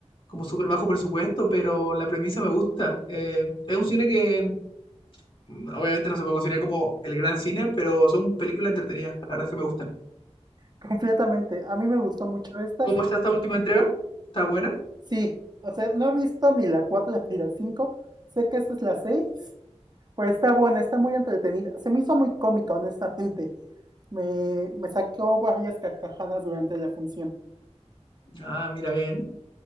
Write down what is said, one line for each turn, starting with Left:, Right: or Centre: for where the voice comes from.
Left: como súper bajo presupuesto, pero la premisa me gusta. Eh, es un cine que mm, obviamente no se puede considerar como el gran cine, pero son películas entretenidas. La verdad es que me gustan.
Right: completamente. A mí me gustó mucho estas.
Left: ¿Cómo está esta última entrega? ¿Está buena?
Right: Sí, o sea, no he visto ni la 4 <laughs> ni la 5. sé que esta es la 6. Pues está buena, está muy entretenida. Se me hizo muy cómica, honestamente. Me, me sacó varias carcajadas durante la función.
Left: Ah, mira bien.